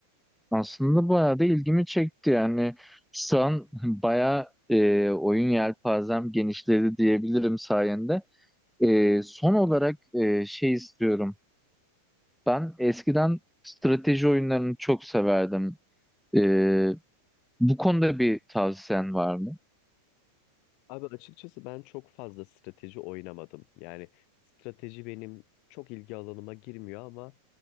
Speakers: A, in the centre; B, on the left (about 45°).
A: Aslında bayağı da ilgimi çekti. Yani şu an <laughs> bayağı e, oyun yelpazem genişledi diyebilirim sayende. Ee, son olarak e, şey istiyorum. Ben eskiden strateji oyunlarını çok severdim. Ee, bu konuda bir tavsiyen var mı?
B: Abi açıkçası ben çok fazla strateji oynamadım. Yani strateji benim çok ilgi alanıma girmiyor ama